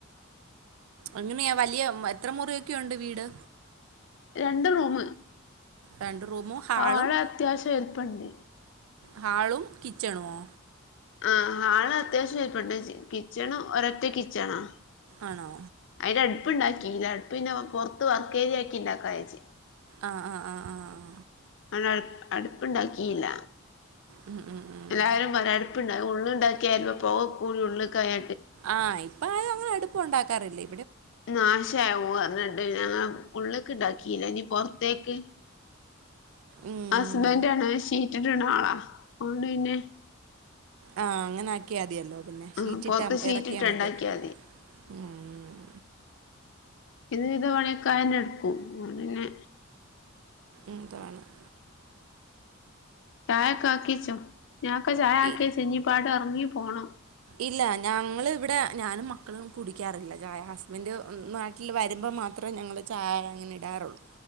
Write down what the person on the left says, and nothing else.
രണ്ട് റൂം
ഹാള് അത്യാവശ്യം വലു പ്പണ്ട്
ആ ഹാള് അത്യാവശ്യം വലിപ്പമുണ്ട്. കിച്ചൺ ഒരൊറ്റ കിച്ചണാ.
അടുപ്പ ഉണ്ടാക്കിയില്ല. അടുപ്പന്നെ പുറത്ത് വർക്കേരിയാക്കി ഉണ്ടാക്കാച്ചു
അ അടുപ്പുണ്ടാക്കിയില്ല
എല്ലാരും പറ അടുപ്പുണ്ടാ ഉള്ളുണ്ടാക്കിയ ലു പ്പോൾ പോക കൂടി ഉള്ള കയ
നാശാവും പറഞ്ഞിട്ട് ഞങ്ങള് ഉള്ളൊക്കെ ഇണ്ടാക്കിയില്ല ഇനി പുറത്തേക്ക്
ഹസ്ബൻഡ് ആണ് ഷീറ്റ് ഇടണ ആളാ അതോണ്ട് പിന്നേ
ആ പൊറത്ത്
ഷീറ്റിട്ട്
ഉണ്ടാക്കിയാ
ഇന്ന് ഇതു പണികാരനഎടുക്കും അതോണ്ട് പിന്നെ
ചായൊക്കെ ആക്കിിച്ചോ ഞാക്കെ ചായ ആക്കിച്ചു
ഇഞ്ചിപ്പോ അട്ട് ഇറങ്ങി പോണം.